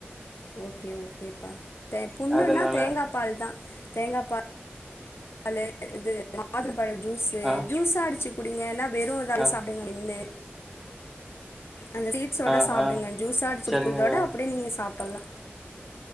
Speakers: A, on the left; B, in the centre.
A: ஓகே ஓகேப்பா தே புண்ணுன்னா
B: அதனால
A: தேங்கா பால் தா தேங்கா பா பாலு இது மாதுள பழ ஜூஸு
B: ஆ
A: ஜூஸா அடிச்சி குடிங்க ஏனா வெறு இத அப்டியே
B: ஆ
A: சாப்டுங்க மென்னு அந்த சீட்ஸோட
B: ஆ
A: சாப்டுங்க
B: ஆ
A: ஜூஸா அடிச் குடிக்கிறதோட
B: சரிங்கக்கா
A: அப்டியே நீங்க சாப் பல்லா